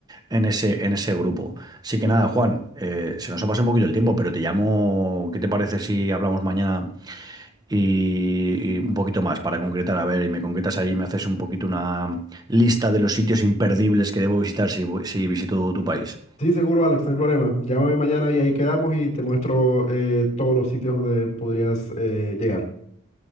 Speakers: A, on the right; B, on the left.
A: en ese, en ese grupo. Así
B: me
A: que nada,
B: imagino.
A: Juan, eh, se nos ha pasado un poquito el tiempo, pero te llamo, ¿qué te parece si hablamos mañana y, y un poquito más para concretar, a ver, y me concretas ahí, me haces un poquito una lista de los sitios imperdibles que debo visitar si, voy- si visito tu país.
B: Sí, seguro, Alex, no hay problema. Llámame mañana y ahí quedamos y te muestro eh, todos los sitios donde podrías eh, llegar.